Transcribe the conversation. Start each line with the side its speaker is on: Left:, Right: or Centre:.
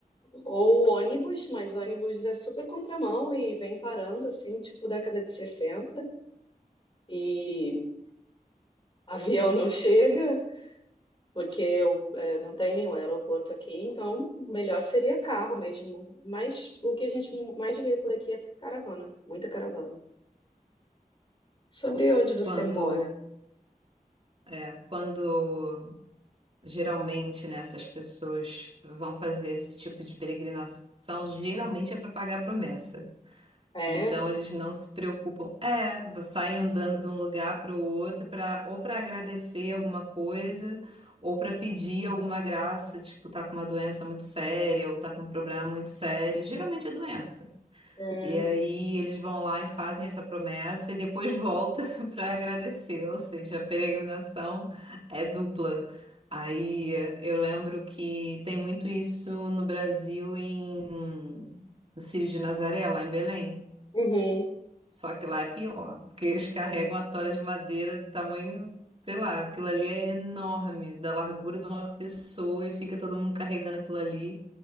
Left: Ou ônibus, mas ônibus é super contramão e vem parando, assim, tipo década de 60. E avião não chega, porque eu, eh, não tem nenhum aeroporto aqui, então o melhor seria carro mesmo. Mas o que a gente mais vê por aqui é caravana, muita caravana. Sobre onde você
Right: Quando,
Left: mora?
Right: é, quando Geralmente, né, essas pessoas vão fazer esse tipo de peregrinação, geralmente é para pagar a promessa.
Left: É,
Right: Então, eles não se preocupam. É, saem andando de um lugar para o outro para ou para agradecer alguma coisa, ou para pedir alguma graça, tipo, tá com uma doença muito séria, ou tá com um problema muito sério. Geralmente é doença.
Left: é,
Right: E aí eles vão lá e fazem essa promessa e depois volta <laughs> para agradecer, ou seja, a peregrinação é dupla. Aí eu lembro que tem muito isso no Brasil em no Círio de Nazaré, lá em Belém.
Left: uhum,
Right: Só que lá é pior, porque eles carregam a tora de madeira do tamanho, sei lá, aquilo ali é enorme, da largura de uma pessoa e fica todo mundo carregando aquilo ali.